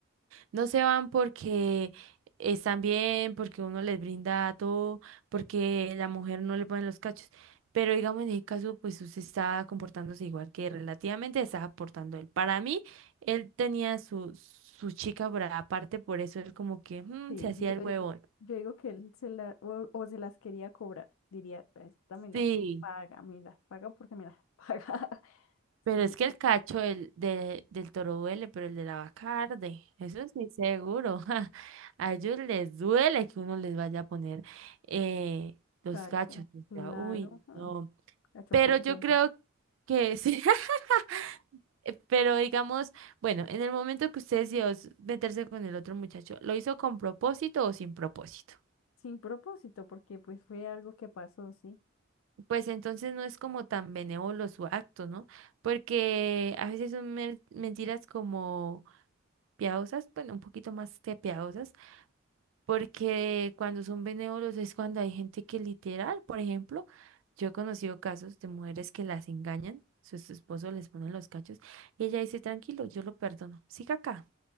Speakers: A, on the right (about 70°); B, on the left (about 85°).
A: no se van porque están bien, porque uno les brinda todo, porque la mujer no le pone los cachos. Pero digamos, en ese caso, pues usted está comportándose igual que relativamente está aportando él. Para mí, él tenía su, su chica por aparte, por eso él como que mm,
B: sí,
A: se hacía
B: yo
A: el huevón.
B: digo, yo digo que él se la, o, o se las quería cobrar. Diría, esta me las
A: Sí.
B: paga, me las paga porque me las <laughs> paga.
A: Pero
B: Sí,
A: es que el cacho del, de- del toro duele, pero el de la vaca arde. Eso sí, seguro. <laughs> A ellos les duele que uno les vaya a poner eh, los
B: cacho,
A: cachos. o
B: claro,
A: sea, uy,
B: ah,
A: no.
B: cacho
A: Pero
B: contento.
A: yo creo que sí. <laughs> Eh, Pero digamos, bueno, en el momento que usted decidió s- meterse con el otro muchacho, ¿lo hizo con propósito o sin propósito?
B: Sin propósito, porque pues fue algo que pasó, sí.
A: Pues entonces no es como tan benévolo su acto, ¿no? Porque a veces son mer- mentiras como... piadosas, bueno, un poquito más que piadosas, porque cuando son benévolos es cuando hay gente que literal, por ejemplo, yo he conocido casos de mujeres que las engañan, su, su esposo les pone los cachos y ella dice, tranquilo, yo lo perdono, siga acá.